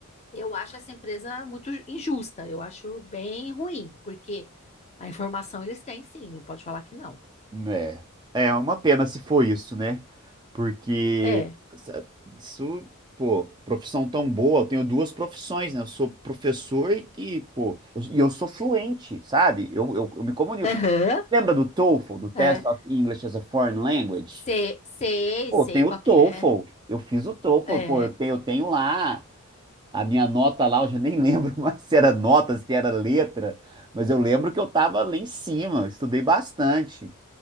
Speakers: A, on the left; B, on the right.
A: eu acho essa empresa muito injusta. Eu acho bem ruim, porque a informação eles têm, sim, não pode falar que não.
B: É, é uma pena se for isso, né? Porque
A: É.
B: sa- isso, pô, profissão tão boa. Eu tenho duas profissões, né? Eu sou professor e, e, pô, eu, e eu sou fluente, sabe? Eu, eu, eu me comunico.
A: Aham,
B: Lembra do TOEFL, do Test
A: é.
B: of English as a Foreign Language?
A: Sei, sei,
B: Pô,
A: sei
B: tem o
A: qual
B: TOEFL.
A: que é.
B: Eu fiz o TOEFL,
A: É.
B: pô, eu tenho, eu tenho lá a minha nota lá, eu já nem lembro <laughs> mais se era nota, se era letra, mas eu lembro que eu tava lá em cima, eu estudei bastante.